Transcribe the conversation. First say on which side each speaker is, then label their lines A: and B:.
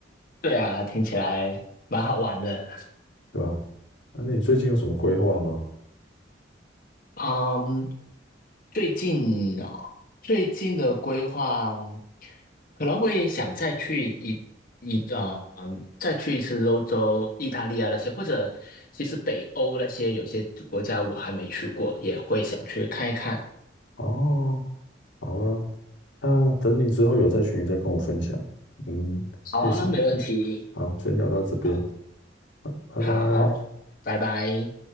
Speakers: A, on the left; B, on the left.
A: 对啊，听起来蛮好玩的。
B: 对吧？那你最近有什么规划吗？
A: 嗯，最近哦，最近的规划嗯可能会想再去一一呃嗯，再去一次欧洲、意大利啊那些，或者其实北欧那些有些国家我还没去过，也会想去看一看。
B: 哦，好啊，那等你之后有在群里再跟我分享，嗯，
A: 好啊，
B: 谢谢以先
A: 没问题。
B: 好，先聊到这边，
A: 好，
B: 拜拜。
A: 好，拜拜。